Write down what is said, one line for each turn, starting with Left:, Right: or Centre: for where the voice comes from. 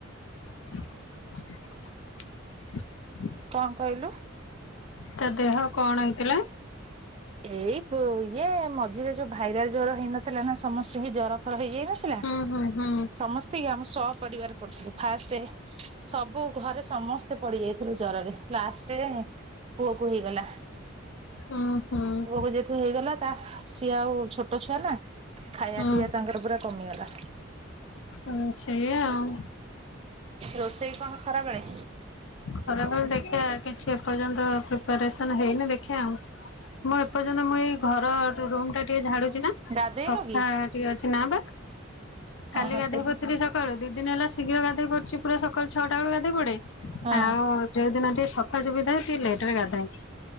Left: <inaudible>
Right: କଣ କହିଲୁ?
Left: ତା ଦେହ କଣ ହେଇଥିଲା?
Right: ଏଇ ବ ଇଏ ମଝିରେ ଯୋଉ ଭାଇରାଲ ଜର ହେଇନଥିଲା ନା ସମସ୍ତିଙ୍କି ଜର ଫର ହେଇଯାଇନଥିଲା
Left: ହୁଁ ହୁଁ ହୁଁ
Right: ସମସ୍ତି ଆମ ସପରରିବାର ପଡିଥିଲୁ ଫାଷ୍ଟେ। ସବୁ ଘରେ ସମସ୍ତେ ପଡିଯାଇଥିଲୁ ଜରରେ ଲାଷ୍ଟରେ ପୁଅ କୁ ହେଇଗଲା।
Left: ହୁଁ। ହୁଁ।
Right: ପୁଅକୁ ଯେହତୁ ହେଇଗଲା ତା ସିଏ ଆଉ ଛୋଟ ଛୁଆ ନା ଖାଇବା
Left: ହୁଁ
Right: ପିଇବା ତାଙ୍କର ପୁରା। କମିଗଲା।
Left: ହଁ ସେଇଆ ଆଉ।
Right: ରୋଷେଇ କଣ ଖରାବେଳେ?
Left: ଖରାବେଳେ ଦେଖିବା କିଛି ଏପର୍ଯ୍ୟନ୍ତ ପ୍ରିପାରେସନ ହେଇନି ଦେଖିଆ ଆଉ। ମୁଁ ଏପର୍ଯ୍ୟନ୍ତ ମୁଁ ଏଇ ଘର ରୁମ ଟା ଟିକେ ଝାଡୁ ଛି ନା
Right: ଗାଧେଇନୁ
Left: ସଫା
Right: କି?
Left: ଟିକେ ଅଛି ନା ବା କାଲି
Right: ଓହୋ
Left: ଗାଧେଇ
Right: ତୁ
Left: ପଡ଼ିଥିଲି ସକାଳୁ। ଦି ଦିନ ହେଲା ଶୀଘ୍ର ଗାଧେଇ ପଡୁଛି ପୁରା ସକାଳ ଛଅଟା ବେଳୁ ଗାଧୋଇ ପଡେ
Right: ହଁ
Left: ଆଉ ଯୋଉ ଦିନ ଟିକେ ସଫା ସଫି ଥାଏ ଟିକେ ଲେଟ୍ ରେ ଗାଧାଏ